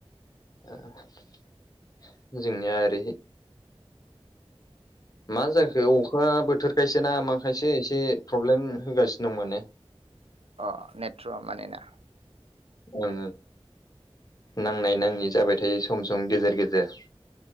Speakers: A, on the left; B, on the right.
A: ओ जोंनिया ओरै मा जाखो अखा बोथोर खायसे ना मा खायसे एसे प्रब्लेम होगासिनो दं माने।
B: अ नेट्रवा माने ना?
A: ओं नांनाय नाङै जाबाय थायो सम सम गेजेर गेजेर।